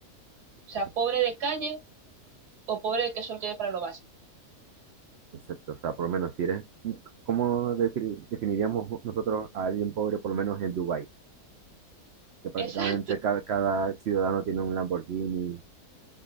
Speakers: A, on the right (about 85°); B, on the right (about 60°).
A: O sea,
B: Eso-
A: pobre de calle o pobre que solo tiene para lo básico.
B: Exacto, o sea, por lo menos si eres, ¿cómo defini- definiríamos nosotros a alguien pobre, por lo menos en Dubái? Que prácticamente
A: Exacto,
B: cada, cada ciudadano tiene un Lamborghini,